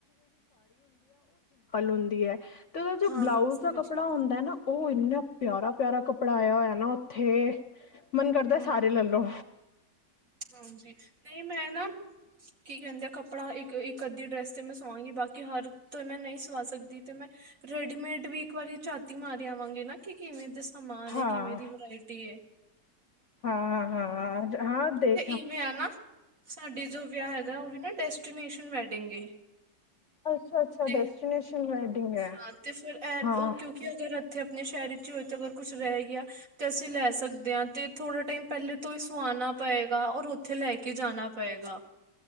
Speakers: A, on the left; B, on the right.
A: ਹੁੰਦੀ ਹੈ। ਤੇ ਉਹਦਾ ਜੋ
B: ਹਾਂ
A: ਬਲਾਊਜ਼
B: ਹਾਂ ਸਮਝ
A: ਦਾ ਕੱਪੜਾ
B: ਗਏ
A: ਹੁੰਦਾ ਨਾ ਉਹ ਇੰਨਾ ਪਿਆਰਾ ਪਿਆਰਾ ਕੱਪੜਾ ਆਇਆ ਨਾ ਉੱਥੇ ਮਨ ਕਰਦਾ
B: ਹੂੰ
A: ਸਾਰੇ ਲੈ ਲੋ।
B: ਹਾਂਜੀ। ਨਹੀਂ ਮੈਂ ਨਾ ਕੀਕਹਿੰਦੇ ਆ ਕੱਪੜਾ ਇੱਕ ਅੱਧੀ ਡਰੈਸ ਤੇ ਮੈਂ ਸਵਾਂਗੀ ਬਾਕੀ। ਹਰ ਤੋਂ ਮੈਂ ਨਹੀਂ ਸਵਾ ਸਕਦੀ ਤੇ ਮੈਂ ਰੇਡੀਮੇਡ ਵੀ ਇੱਕ ਵਾਰੀ ਝਾਤੀ ਮਾਰ ਆਵਾਂਗੇ ਨਾ ਕਿ ਕਿਵੇਂ ਸਮਾਨ
A: ਹਾਂ
B: ਏ, ਕਿਵੇਂ ਦੀ ਵਰਾਇਟੀ ਐ
A: ਹਾਂ ਹਾਂ ਹਾਂ ਦੇ
B: ਈਵੇਂ ਆ ਨਾ ਸਾਡੇ ਜੋ ਵਿਆਹ ਹੈਗਾ, ਉਹ ਵੀ ਨਾ ਡੈਸਟੀਨੇਸ਼ਨ ਵੈਡਿੰਗ ਏ।
A: ਅੱਛਾ ਅੱਛਾ
B: ਤੇ
A: ਡੈਸਟੀਨੇਸ਼ਨ ਵੈਡਿੰਗ ਹੈ।
B: ਹਾਂ ਤੇ ਫਿਰ ਇਹ
A: ਹਾਂ
B: ਉਹ ਕਿਉਂਕਿ ਅਗਰ ਇੱਥੇ ਆਪਣੇ ਸ਼ਹਿਰ ਵਿੱਚ ਹੀ ਹੋਏ ਤੇ ਅਗਰ ਕੁਛ ਰਹਿ ਗਿਆ ਤੇ ਅਸੀਂ ਲੈ ਸਕਦੇ ਹਾਂ। ਤੇ ਥੋੜਾ ਟਾਈਮ ਪਹਿਲੇ ਤੋਂ ਹੀ ਸੁਆਣਾ ਪੇਗਾ ਔਰ ਉੱਥੇ ਲੈ ਕੇ ਜਾਣਾ ਪੇਗਾ।